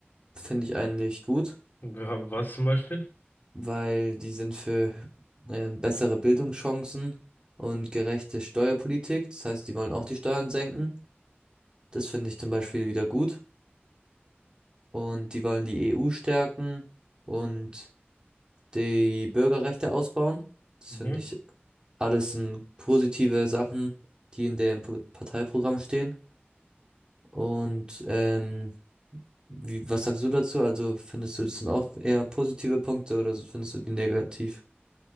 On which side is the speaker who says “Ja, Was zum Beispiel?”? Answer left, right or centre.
Left